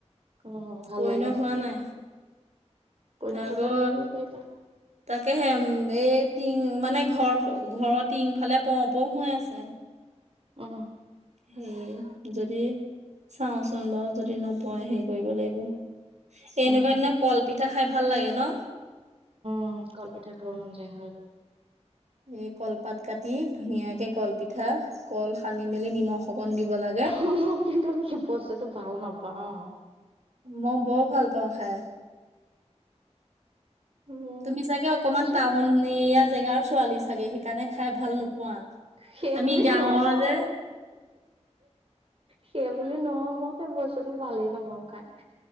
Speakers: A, on the right; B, on the right.
A: অ ভালেহে
B: পইণত
A: তেতিয়া
B: হোৱা নাই,
A: পৰিণত
B: আকৌ
A: হলে লৈ আহিব পাৰিবা
B: তাকেহে উম এই টিং মানে ঘৰ ঘৰৰ টিং ফালে পৰো পৰো হৈ আছে। হে।
A: অঁহ।
B: হেৰি যদি চাওঁ চোন বাও যদি নপয় সেই কৰিব লাগিব, এনেকুৱা
A: উম
B: দিনা কলপিঠা খায় ভাল লাগে ন?
A: উম কল পিঠা খাব মন যায়, হয়‌ বাৰু।
B: এই কলপাত কাটি ধুনীয়াকে কলপিঠা কল সানি মেলি নিমখ অকন দিব লা
A: মই কিন্তু কি বস্তুটো ভাল নাপাওঁ!
B: ম' বৰ ভাল পাওঁ খাই।
A: মোক
B: তুমি চাগে অকমান
A: কাটছে
B: টাউন এৰিয়া জেগাৰ ছোৱালী চাগে সেইকাৰণে খাই ভাল নোপোৱা।
A: সেবুলি
B: আমি গাঁৱৰ
A: নহয়।
B: যে
A: সেই বুলি নহয় মই খাই বস্তুটো ভালেই নাপাওঁ খাই।